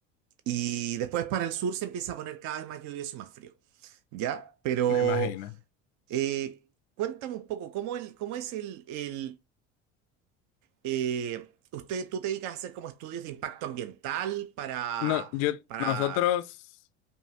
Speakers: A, on the right (about 55°); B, on the left (about 60°).
A: y después para el sur se empieza a poner cada vez más lluvioso y más frío. Ya, pero
B: me imagino.
A: eh, cuéntame un poco, ¿cómo, el, cómo es el... el eh, usted, tú te dedicas a hacer como estudios de impacto ambiental para...
B: No, yo,
A: para
B: nosotros.